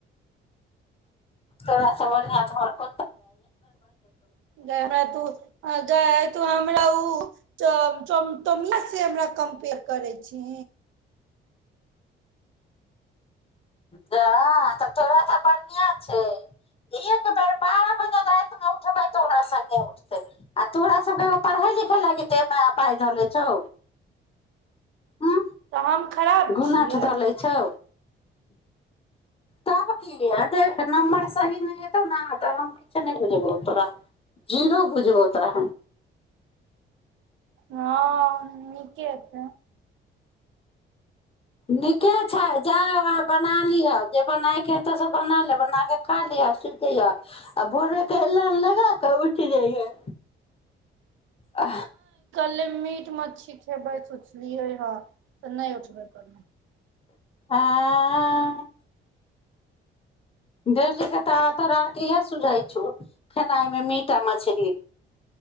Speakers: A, on the left; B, on the right.
A: तो बढ़िआ त भरप
B: ग हमरा तू ग त हमरा ओम से हमरा कम्पेयर करै छी
A: ह तऽ तोराास सा बढ़िआँ छै एक बेर बारह बजे रातिमे उठबै तोरा सङ्गे उठतै आ तोरा सभके एगो पढ़य लिखय लागतेमे पाय धले छौ हूँ
B: तऽ हम खराब
A: घुनठ
B: छियै
A: धऽ लै छौ तब की य देख नम्बर सही नहि हेतो ने तऽ हम किछु नहि बुझबौ तोरा जीरो बुझबौ तोरा
B: हँ नीके अथ
A: नीके छै जा आ बना लिह जे बनायके हेतौ से बना ले बना क खा लिह सुखिह आ भोरे आलम लगा कऽ उठि जाइय आ
B: पे मीट मछली खैबर सोचलियै हे तऽ नहि उठबमे
A: आँ डेली के तऽ तोरा आर के इह सुझाइ छौ खेनाइ मे मी आ मछरी